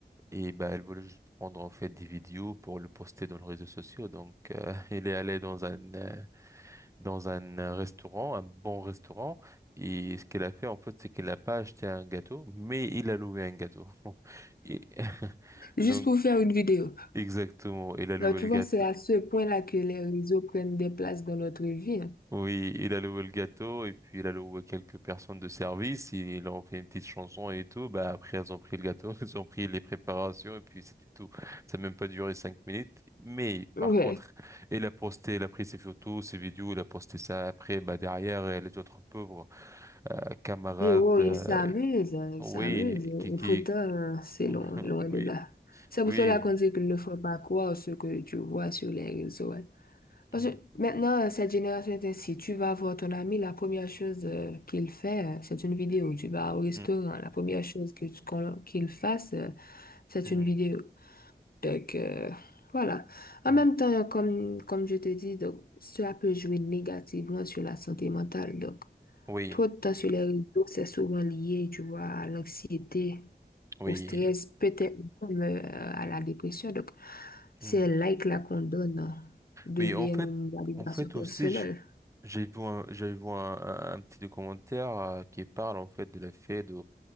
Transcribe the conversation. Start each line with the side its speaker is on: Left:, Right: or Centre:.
Right: et bah elle voulait juste prendre en fait des vidéos pour le poster dans les réseaux sociaux. Donc euh, <laughs> il est allé dans un, euh, dans un restaurant, un bon restaurant. Et ce qu'elle a fait, en fait, c'est qu'elle n'a pas acheté un gâteau, mais il a loué un gâteau. <laughs> Et- <laughs>
Left: Juste
Right: donc,
Left: pour faire une vidéo.
Right: exactement, il a loué
Left: Donc, tu
Right: le
Left: vois,
Right: gâteau.
Left: c'est à ce point-là que les réseaux prennent des places dans notre vie. hein.
Right: Oui, il a loué le gâteau et puis il a loué quelques personnes de service. Ils leur a fait une petite chanson et tout. Bah, après, elles ont pris le gâteau, <laughs> elles ont pris les préparations et puis c'était tout. Ça n'a même pas duré cinq minutes. Mais
Left: Ouais.
Right: par contre, il a posté, il a pris ses photos, ses vidéos, il a posté ça après, bah, derrière, euh, les autres pauvres euh, camarades,
Left: Et oh, ils
Right: euh,
Left: s'amusent, hein, ils
Right: oui,
Left: s'amusent. Et
Right: qui, qui,
Left: pourtant, euh, c'est
Right: <laughs>
Left: loin, loin
Right: oui,
Left: de là. C'est pour
Right: oui,
Left: cela qu'on dit qu'ils ne faut pas croire ce que tu vois sur les réseaux. hein. Parce
Right: Mm,
Left: que maintenant, euh, cette génération est ainsi. Tu vas voir ton ami, la première chose euh, qu'il fait, euh, c'est une vidéo. Tu vas au restaurant,
Right: mm,
Left: la première chose que tu- qu'on- qu'il fasse, euh, c'est
Right: mm,
Left: une vidéo. Donc, euh, voilà. En
Right: mm.
Left: même temps, comme, comme je te dis, donc, cela peut jouer négativement sur la santé mentale. Donc,
Right: oui,
Left: Trop de temps sur les réseaux, c'est souvent lié, tu vois, à l'anxiété,
Right: oui.
Left: au stress, peut-être même euh, à la dépression. Donc, ces
Right: Mmh.
Left: likes-là qu'on donne euh, deviennent
Right: Oui, en fait,
Left: une validation
Right: en fait
Left: personnelle.
Right: aussi, j- j'ai vu un, j'ai vu un, un- un petit documentaire euh, qui parle en fait de l'effet de,